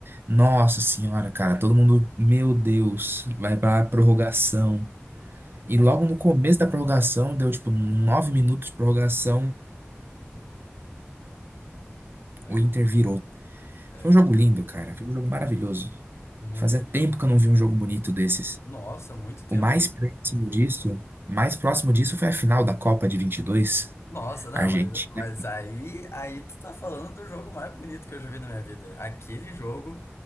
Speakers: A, on the right; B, on the left.
A: Nossa senhora, cara, todo mundo, meu Deus, vai pra prorrogação.
B: Uhum.
A: E logo no começo da prorrogação, deu tipo nove minutos de prorrogação,
B: Aí,
A: o Inter virou.
B: É,
A: Foi um jogo lindo, cara, foi um jogo maravilhoso.
B: muito
A: Fazia tempo
B: lindo.
A: que eu não vi um jogo bonito desses.
B: Nossa, muito tempo,
A: O mais
B: né?
A: próximo disso, mais próximo disso foi a final da Copa de vinte e dois,
B: Nossa, não,
A: Argentina.
B: mas, mas aí, aí tu tá falando do jogo mais bonito que eu já vi na minha vida. Aquele jogo.